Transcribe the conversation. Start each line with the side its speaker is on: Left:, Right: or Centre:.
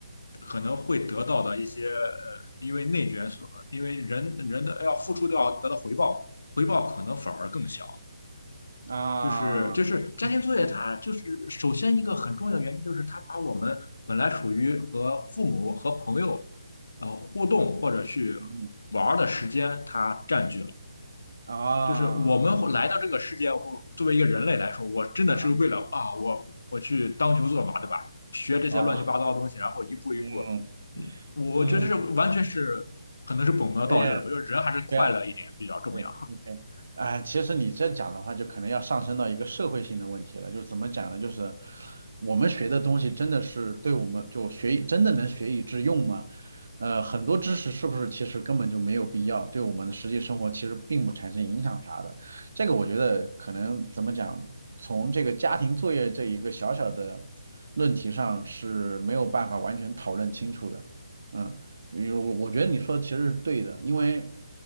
Left: 可能会得到的一些呃，因为内卷所，因为人人的要付出都要得到回报，回报可能反而更小。
Right: 嗯啊，
Left: 就是就是家庭作业，
Right: 嗯嗯
Left: 它就是首先一个很重要的原因，就是它把我们本来属于和父母和朋友呃互动或者去
Right: 嗯嗯
Left: 玩儿的时间，它占据了。
Right: 啊。
Left: 就是我们会来到这个世界，我作为一个人类来说，我真的是为了啊，
Right: 啊啊
Left: 我我去当牛做马，对吧？学这些乱七八糟的东西，
Right: 啊，
Left: 然后一步一步，
Right: 嗯
Left: 嗯，我觉得这完全是可能是本末倒置的。
Right: 嗯，有点，
Left: 我觉得人还是快乐一点比较重要。
Right: 对对，OK，哎，其实你这讲的话，就可能要上升到一个社会性的问题了。就是怎么讲呢？就是我们学的东西真的是对我们就学以真的能学以致用吗？呃，很多知识是不是其实根本就没有必要，对我们的实际生活其实并不产生影响啥的。这个我觉得可能怎么讲，从这个家庭作业这一个小小的论题上是没有办法完全讨论清楚的。嗯。嗯，我我觉得你说的其实是对的，因为